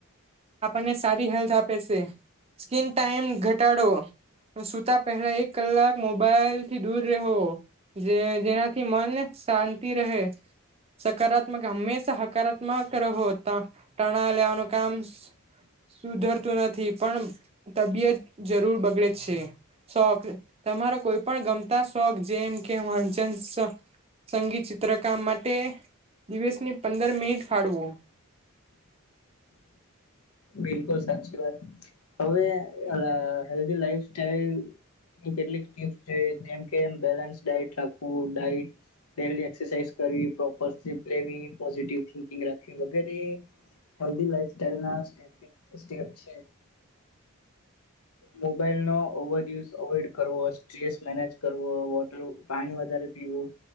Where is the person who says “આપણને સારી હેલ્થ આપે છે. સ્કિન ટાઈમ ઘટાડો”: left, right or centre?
Right